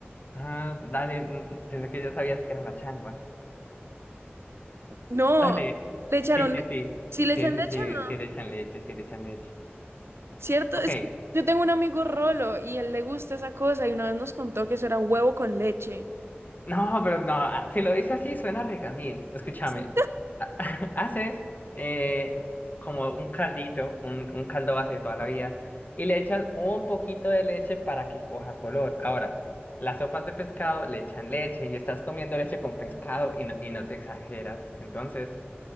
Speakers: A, on the left; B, on the right.
A: Ah, dale, mm, pensé que ya sabías que era la changua.
B: No,
A: Dale.
B: le echaron...
A: Sí, sí,
B: le-
A: sí.
B: ¿Sí
A: Sí,
B: le echan
A: sí,
B: leche
A: sí,
B: o no?
A: sí le echan leche, sí le echan leche.
B: ¿Cierto?
A: Ok.
B: Es que yo tengo un amigo Rolo y él le gusta esa cosa y una vez nos contó que eso era huevo con leche.
A: No, pero no, ah, si lo dice así suena regamín. Escúchame.
B: Sí.
A: Ha- <laughs> Haces eh, como un caldito, un, un caldo base de toda la vida, y le echas un poquito de leche para que coja color. Ahora, las sopas de pescado le echan leche y estás comiendo leche con pescado y no, y no te exageras. Entonces,